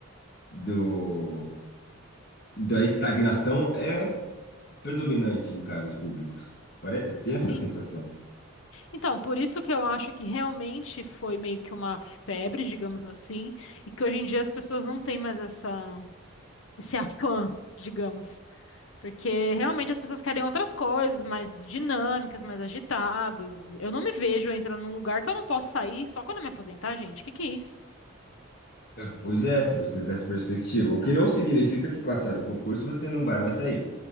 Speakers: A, on the left (about 45°); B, on the left (about 65°).
A: do, da estagnação é predominante em cargos públicos. Pare, tem
B: Sim.
A: essa sensação.
B: Então, por isso que eu acho que realmente foi meio que uma febre, digamos assim, e que hoje em dia as pessoas não têm mais essa, esse afã, digamos. Porque realmente as pessoas querem outras coisas, mais dinâmicas, mais agitadas. Eu não me vejo entrando num lugar que eu não posso sair só quando eu me aposentar, gente. O que que é isso?
A: É, Pois é, você precisa dessa perspectiva, o que não significa que passar o concurso você não vai mais sair,